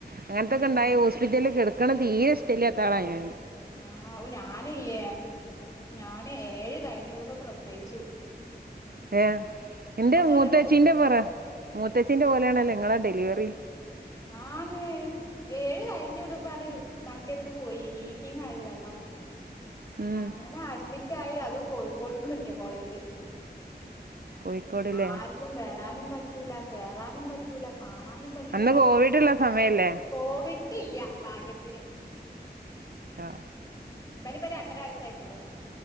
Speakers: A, on the right; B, on the left.
A: അങ്ങനത്തൊക്കെണ്ടായ
B: ഉം
A: ഹോ ഹ്പിറ്റലൽ കെട്ക്കണെ തീരെ ഇഷ്ട്ടല്ല്യത്തളാണ് ഞാൻ
B: ആഹ് ഞാനില്ല്യേ ഞാന് ഏഴ് കഴിഞ്ഞൂടുമ്പോ പ്രസോയിച്ചു
A: ഏ എൻ്റെ മൂത്തച്ചീൻ്റെ
B: എന്നിട്ട്
A: പറ മൂത്തച്ചീൻ്റെ പോലെയാണല്ലോ ഇങ്ങളെ ഡെലിവറി
B: ആന്ന് ഏഴ് കഴിഞ്ഞുടുമ്പാട്ട് മറ്റെത് പോയി ലീക്കിങ് ആയി വെള്ളം
A: ഉം
B: അങ്ങനെ അഡ്മിറ്റായി അതും കോഴിക്കോട് മെഡിക്കൽ കോളേജില്
A: കോഴിക്കോട്ല്ലേ
B: ആർക്കും വരാനും പറ്റൂല കേറാനും പറ്റ പറ്റൂല കാണാനും പറ്റൂല്ല
A: അന്ന് കോവിഡ്ള്ള സമയല്ലേ
B: കോവിഡ്ഡില്ല്യ ഭാഗ്യത്തിന്
A: ആഹ്
B: ഇബനിപ്പൊ രണ്ടര വയസ്സായിട്ടുള്ളു